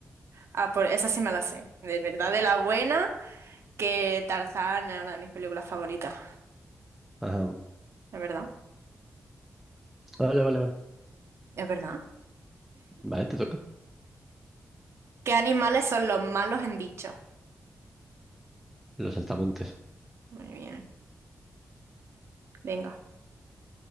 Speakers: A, on the right (about 55°); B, in the centre.
A: Ah, por esa sí me la sé. De verdad, de la buena, que Tarzán es una de mis películas favoritas.
B: Ajá.
A: ¿Es verdad?
B: Vale, vale, vale.
A: ¿Es verdad?
B: Vale, te toca.
A: ¿Qué animales son los malos en Bichos?
B: Los saltamontes.
A: Muy bien. Venga.